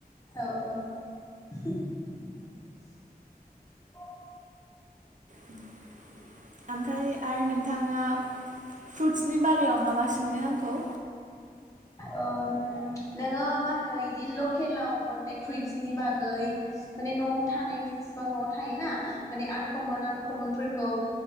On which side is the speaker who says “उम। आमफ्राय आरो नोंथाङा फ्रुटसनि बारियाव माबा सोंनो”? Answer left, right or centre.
Right